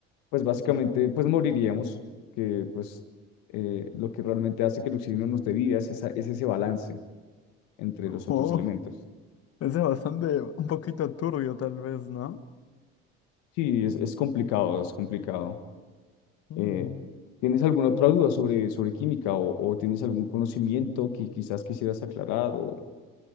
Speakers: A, on the left; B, on the left.
A: pues básicamente pues moriríamos, que pues eh, lo que realmente hace que el oxígeno nos dé vida es, esa- es ese balance entre
B: Oh,
A: los otros elementos.
B: eso es bastante, un poquito turbio tal vez, ¿no?
A: Sí, es, es complicado, es complicado.
B: Mm.
A: Eh, ¿tienes alguna otra duda sobre, sobre química o, o tienes algún conocimiento que quizás quisieras aclarar? O